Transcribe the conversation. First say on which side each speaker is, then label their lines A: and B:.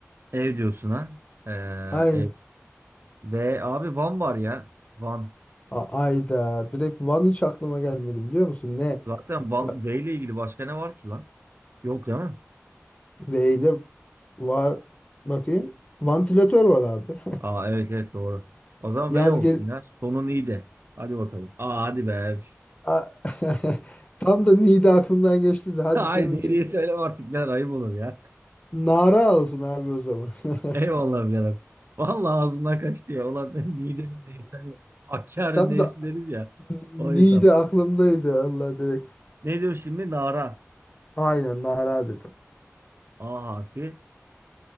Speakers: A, on the right (about 50°); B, on the left (about 25°).
A: Ev diyorsun ha. Ee,
B: Aynı.
A: ev. Ve abi Van var ya. Van.
B: A- Ayda. Direkt Van hiç aklıma gelmedi biliyor musun? Ne?
A: Zaten Van
B: Va-
A: V ile ilgili başka ne var ki lan? Yok değil mi?
B: V ile var. Bakayım. Vantilatör var abi.
A: Aa evet evet doğru. O zaman
B: <laughs> Yaz
A: V olsun
B: gel.
A: ya. Sonun iyi de. Hadi bakalım. Aa hadi be.
B: A- <laughs> Tam da Niğde aklımdan geçti
A: <laughs>
B: de hadi
A: Hayır
B: senin
A: iyi
B: için.
A: diye söyle artık ben ayıp olur ya.
B: Nara olsun abi o zaman. <laughs>
A: <laughs> Eyvallah birader. Vallahi ağzından kaçtı ya. Ulan <laughs> Niğde'nin neyse. hani Hakkari'nin
B: Tam
A: neyse
B: da
A: deriz ya.
B: Niğde
A: O hesap.
B: aklımdaydı Allah direkt.
A: Ne diyor şimdi? Nara.
B: Aynen Nara dedim.
A: A harfi.